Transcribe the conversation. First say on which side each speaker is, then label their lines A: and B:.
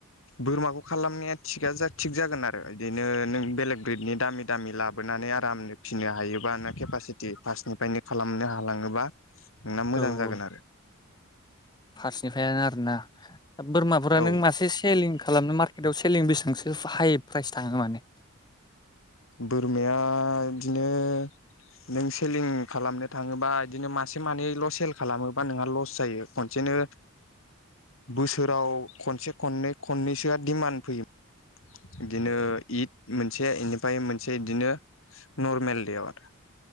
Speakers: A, on the left; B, on the left.
A: बोरमाखौ खालामनाया थिगा थिग जागोन आरो इदिनो नों बेलेग ब्रिटनि दामि दामि लाबोनानै आरामनो फिनो हायोबा नों केपासिटि फास्ट निफ्रायनो खालामनो हालांङोबा नोंना मोजां
B: औ
A: जागोन
B: औ
A: आरो
B: फारसेनिफ्रायानो आरोना बोरमाफोरा
A: औ
B: नों मासे सेलिं खालामनो मार्केटाव सेलिं बेसेबांसो हाइ प्राइस थांओ माने
A: बोरमाया इदिनो नों सेलिं खालामनो थाङोबा इदिनो मासे मानैल' सेल खालामोबा नोंहा लस जायो खनसेनो। बोसोराव खनसे खननै खननैसोआ डिमान्ड फैयोमोन। इदिनो इद मोनसे इनिफ्राय मोनसे इदिनो नरमेल देयाव आरो।